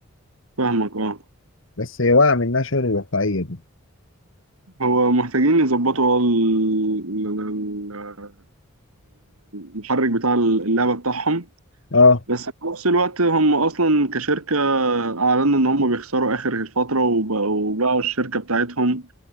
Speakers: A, on the right; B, on the left.
A: فاهمك اه
B: بس هي واقعه منها شغل الواقعيه دي
A: هو محتاجين يظبطوا ال- ال- ال- المحرك بتاع اللعبة بتاعهم
B: اه
A: بس في نفس الوقت هم أصلا كشركة أعلنوا إن هم بيخسروا آخر الفترة وبقوا باعوا الشركة بتاعتهم